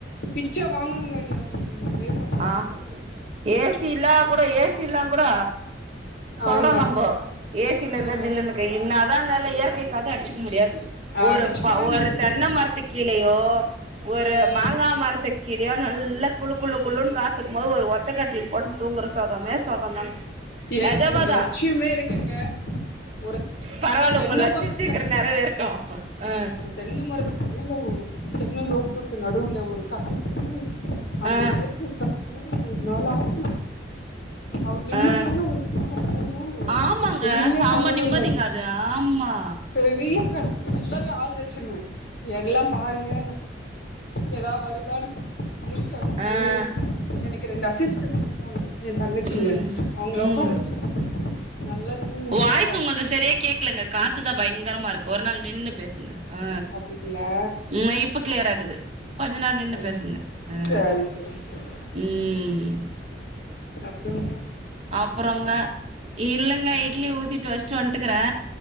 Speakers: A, on the left (about 70°); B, on the right (about 35°).
A: பிச்ச வாங்கனுங்க இந்த வேப்பம்
B: ஆ ஏ சி இல்லா கூட ஏசி இல்லாங் கூட சொல்றோ
A: ஆமா
B: நம்போ ஏ சில இருந்தா
A: அ
B: ஜில்லுன்னுக்கு இன்னாதா இருந்தாலு இயற்கை காத்த அடிச்சுக்க முடியாது ஒரு
A: அடிச்சுக்கவே
B: ப ஒரு
A: முடியாதுங்க
B: தென்னை மரத்துக் கீழயோ ஒரு
A: ம்
B: மாங்கா மரத்துக் கீழயோ நல்லா குளு குளு குளுன்னு காத்துக்கும் போது ஒரு ஒத்தக் கட்டில் போட்டு தூங்குற சொகமே சொகந்தாங்க
A: எனக்கு
B: நெஜமாதா
A: ஒரு லட்சியமே இருக்குங்க ஒரு
B: பரவால்ல
A: தென்ன
B: உங்க லட்சியோ
A: மரத்துக்
B: சீக்கிரோ
A: கட்
B: நெறைவேறட்டு ஆ
A: தென்னமரத்துக் அடியில ஒரு தென்னந்தோப்புக்கு நடுவுல ஒரு கட்டில் போட்டு அந்த
B: ஆ
A: இயற்கைக் காத்தோடு ஒரு நாளாவது அவ்ளோ நிம்மதியான
B: ஆ
A: ஒரு தூக்கம் போடனும்னு ஒரு
B: ஆமாங்க
A: பெரிய
B: செம்ம
A: கனவுங்க
B: நிம்மதிங்க
A: அது
B: ஆமா
A: பெரிய கனவு எல்லாரையு ஆள் வச்சிருவ எல்லா பாருங்க ஏதா வருதான் முழிக்க வச்சிட்டு
B: ஆ
A: எனக்கு ரெண்டு அசிஸ்டன் இரு க்காங்க என் தங்கச்சிங்க
B: ம்
A: அவுங்கள
B: ம்
A: உக்கார வச்சுட்டு நல்லா தூங்கணுன்
B: வாய்ஸ்
A: ஒரு
B: உங்கள்து
A: ஆச
B: சரியா கேக்கலங்க காத்துதா பயங்கரமா இருக்கு ஒரு நாள் நின்னு பேசுங்க ஆ
A: அப்டிங்களா
B: மெய்ப் இப்போ கிளியரா இக்குது கொஞ்ச நேர நின்னு
A: அது
B: பேசுங்க ஆ
A: சரி சரி சரி
B: ம்
A: அப்புறோங்க
B: அப்புறோங்க இல்லங்க இட்லி ஊத்திட்டு வச்ட்டு வந்ட்டுக்கற